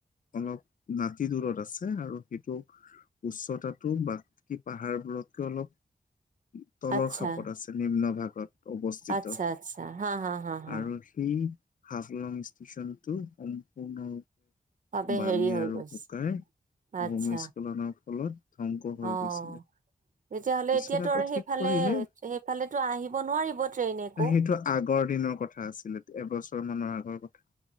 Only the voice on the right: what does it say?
আচ্ছা
আচ্ছা আচ্ছা, হা হা হা হা,
বাবে
হেৰি হৈ
গৈছে,
আচ্ছা।
অ',
তেতিয়াহলে
এতিয়াতটো
আৰু
সেইফালে
সেইফালেতো আহিব নোৱাৰিব ট্ৰেইন। একো।